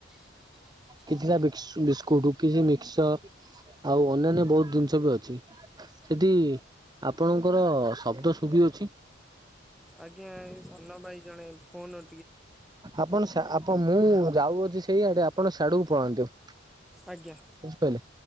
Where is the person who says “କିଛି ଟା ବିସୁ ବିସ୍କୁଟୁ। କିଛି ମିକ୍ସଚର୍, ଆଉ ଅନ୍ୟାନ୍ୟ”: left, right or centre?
Right